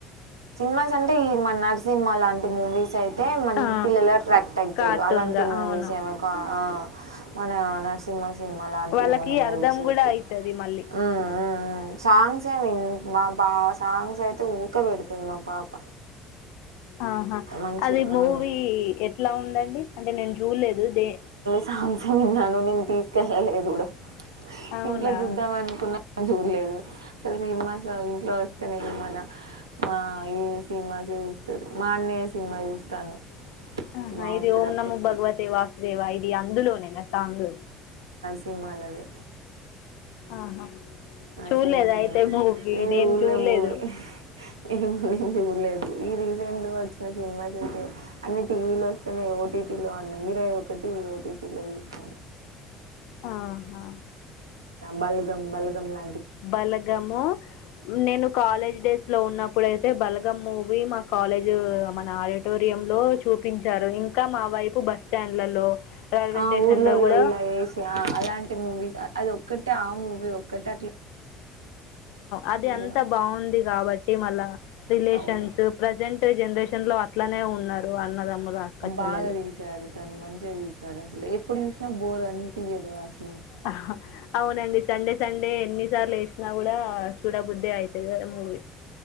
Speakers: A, on the right; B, on the left.
A: మాస్ అంటే ఈ మా నరసింహ లాంటి మూవీస్ అయి తే మం
B: ఆ
A: పిల్లలు అట్రాక్ట్ అయితరు
B: కార్టూన్
A: అలాంటి
B: గా
A: మూవీస్
B: అవును
A: ఏమ కా ఆఁ మనా నరసింహ సినిమా లాంటివి
B: వాళ్ళకి
A: ఏమన్న మూవీస్
B: అర్థం
A: చూస్తే
B: కూడా అయితది మళ్ళీ
A: మ్ మ్ఁ సాంగ్స్ ఏం బా సాంగ్స్ అయితే ఊకే పెడు తది మా పాప
B: ఆఁ హా
A: మంచిగా
B: అది మూవీ
A: మ్మ్
B: ఎట్లా ఉందండి? అంటే నేను చూడ్లేదు దే
A: సాంగ్సే విన్నాను నేను తీసుకెళ్ళలేదు కూడ.
B: అవునా
A: ఇంట్లో చూద్దం అనుకున్న నే చూడ్లేదు అసలు సినిమాస్ ఇంట్లో వస్తేనే ఇగ మన మా ఈ సినిమాస్ చూస్తారు మా అన్నయ సినిమా చూస్తాను.
B: ఆఁ హా
A: బాగుంటుంది
B: ఇది ఓం
A: అప్పుడు
B: న మో భగవతే వాసుదేవ ఇది అందులోనే నా సాంగ్!
A: హాలదే
B: ఆహా
A: నరసింహ
B: చూడలేదు
A: సినిమా
B: అయితే మూవీ
A: నేన్ జూడ్లే
B: నేను చూడలేదు
A: మూవీ నేను జూడ్లేదు. ఈ రీసెంట్ గా వచ్చిన సినిమాసైతే అన్ని టీవీ లో వస్తేనే ఓటీ టి లో అండి మీరాయి ఒకటి ఒటీటి లో జూసినా.
B: ఆఁ హా
A: బల్గం బల్గం లాం
B: బలగము నేను కాలేజ్ డేస్ లో ఉన్నప్పుడుయితే బలగం మూవీ మా కాలేజు మన ఆడిటోరియం లో చూ పించారు ఇంకా మా వైపు బస్ స్టాండ్లలో రైల్వే
A: ఆఁ
B: స్టేషన్
A: ఊర్లలో
B: లో కూడా
A: ఇలా వేసి ఆఁ అలాంటి మూవీస్ అది ఒక్క టి ఆ మూవీ ఒకటి
B: అది అంతా
A: ఆ
B: బాగుంది కాబట్టి మళ్ళా రిలేషన్స్
A: అవును
B: ప్రజెంట్ జనరేషన్ లో అట్లనే ఉన్నారు అన్నదమ్ములు అక్క చెలలు
A: బాగా తీశారు మంచిగా తీసారు అసలు ఎప్పుడూ చూసినా బోర్ అనిపియదు అసలు
B: ఆహా అవునండి సండే సండే దే ఎన్ని సార్లు వేసినా కూడా చూడబుద్ద్దే అయితది ఆ మూవీ